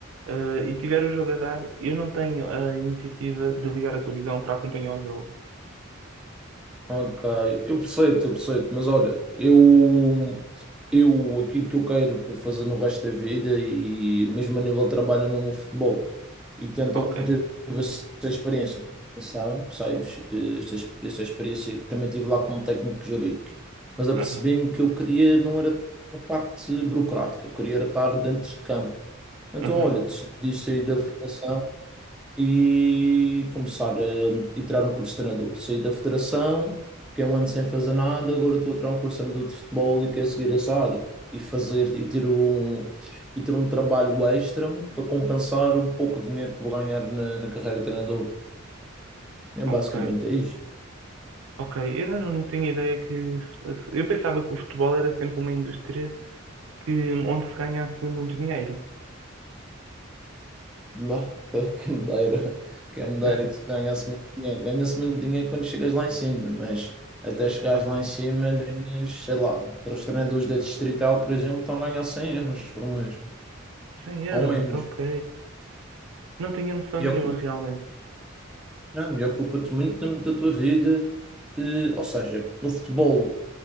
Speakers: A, on the right; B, in the centre.
A: eh, e tiver o jogo a dar, eu não tenho a iniciativa de ligar a televisão para acompanhar o jogo.
B: Ok, eu percebo eu percebo mas olha, eu, eu aquilo que eu quero para fazer no resto da vida e mesmo a nível de trabalho é mesmo o futebol e tentam
A: Ok.
B: ter essa experiência de formação, sabes? Eh, Esta, ex- esta experiência também tive lá como técnico jurídico, mas apercebi-me
A: Uhum.
B: que eu queria não era a parte burocrática, eu queria era estar dentro de campo. Então,
A: Uhum.
B: olha, decidi sair da formação e começar a, e tirar um curso de treinador. Saí da federação, fiquei um ano sem fazer nada, agora estou a tirar um curso de treinador de futebol e quero seguir essa área. E fazer e ter um, e ter um trabalho extra para compensar o pouco dinheiro que vou ganhar na, na carreira de treinador. É
A: Ok.
B: basicamente é isto.
A: Ok. Eu não, não tinha ideia que. Eu pensava que o futebol era sempre uma indústria que onde se ganha assim muito dinheiro.
B: Não, <laughs> quem me dera, quem me dera
A: <laughs>
B: que se ganhasse muito dinheiro. Ganha-se muito dinheiro quando chegas lá em cima, mas até chegares
A: Ok.
B: lá em cima ganhas, sei lá, para os treinadores da Distrital, por exemplo, estão a ganhar 100 euros por mês.
A: 100 euros?
B: ao menos.
A: Ok. Não tinha noção
B: E
A: nenhuma
B: ocupa,
A: realmente.
B: não, e ocupa-te muito tempo da tua vida. Eh, ou seja, o futebol